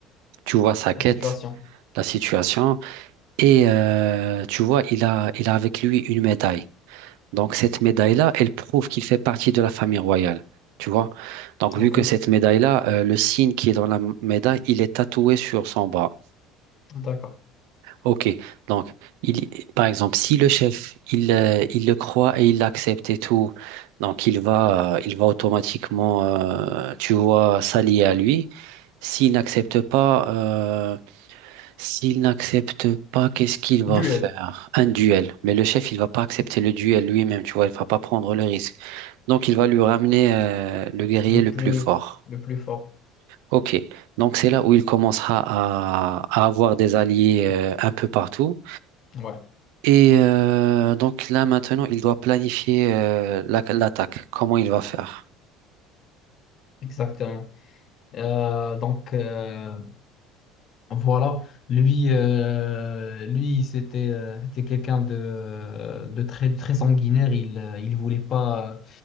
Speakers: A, on the right; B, on the left.
A: tu vois sa quête,
B: la situation.
A: la situation. Et euh, tu vois, il a, il a avec lui une médaille. Donc, cette médaille-là, elle prouve qu'il fait partie de la famille royale. Tu vois? Donc, vu
B: Ok,
A: que cette médaille-là, euh, le signe qui est dans la m- médaille, il est tatoué sur son bras.
B: d'accord.
A: Ok, donc il, par exemple, si le chef il, euh, il le croit et il l'accepte et tout, donc il va euh, il va automatiquement euh, tu vois s'allier à lui. S'il n'accepte pas euh, s'il n'accepte pas, qu'est-ce qu'il va
B: Duel,
A: faire? Un duel. Mais le chef il va pas accepter le duel lui-même, tu vois, il va pas prendre le risque. Donc il va lui ramener euh, le
B: <laughs>
A: guerrier
B: le
A: le
B: plus,
A: plus fort.
B: le plus fort.
A: Ok, donc c'est là où il commencera à, à avoir des alliés euh, un peu partout.
B: Ouais,
A: Et euh, donc là maintenant, il doit planifier euh, la- l'attaque, comment il va faire.
B: exactement. Euh, donc, euh, Voilà, lui, euh, lui c'était euh, c'était quelqu'un de, de très, très sanguinaire. Il euh, il voulait pas euh,